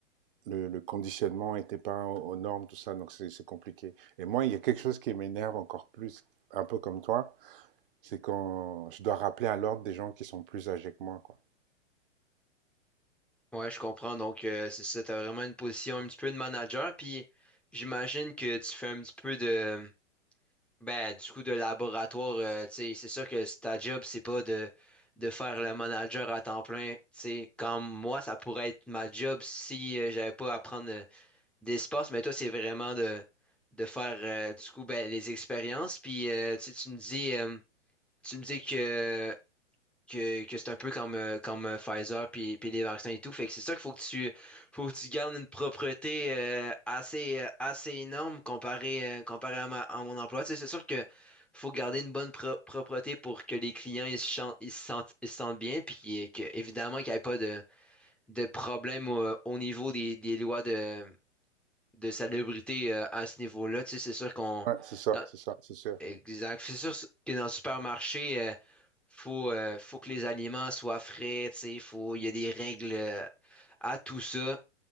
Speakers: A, on the right; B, in the centre.
A: le, le conditionnement n'était pas aux, normes, tout ça, donc c'est c'est compliqué. Et moi, il y a quelque chose qui m'énerve encore plus, un peu comme toi, c'est quand je dois rappeler à l'ordre des gens qui sont plus âgés que moi, quoi.
B: Ouais, je comprends. Donc, euh, c'est ça, t'as vraiment une position un petit peu de manager, puis j'imagine que tu fais un petit peu de. Ben, du coup, de laboratoire, euh, tu sais, c'est sûr que c- ta job, c'est pas de, de faire le manager à temps plein. Tu sais, comme moi, ça pourrait être ma job si euh, j'avais pas à prendre euh, d'espace, mais toi, c'est vraiment de, de faire, euh, du coup, ben, les expériences. Puis, euh, tu sais, tu me dis, euh, tu me dis que que, que c'est un peu comme, euh, comme euh, Pfizer puis, puis les vaccins et tout. Fait que c'est ça qu'il faut que tu faut que tu gardes une propreté euh, assez, euh, assez énorme comparé, euh, comparé à, ma- à mon emploi. Tu sais, c'est sûr que faut garder une bonne pro- propreté pour que les clients ils se, chan- ils se sentent, ils se sentent bien puis qu'il- que, évidemment qu'il n'y ait pas de, de problème au, au niveau des, des lois de, de salubrité euh, à ce niveau-là. Tu sais, c'est sûr qu'on
A: Ouais, c'est ça,
B: dans,
A: c'est ça, c'est sûr.
B: Exact. C'est sûr que dans le supermarché, euh, faut, euh, faut que les aliments soient frais, tu sais, faut, il y a des règles euh, à tout ça.